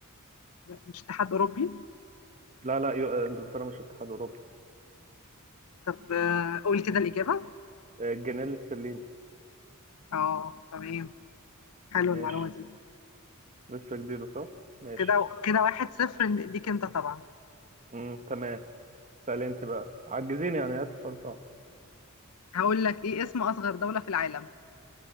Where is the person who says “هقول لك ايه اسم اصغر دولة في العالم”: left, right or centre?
Left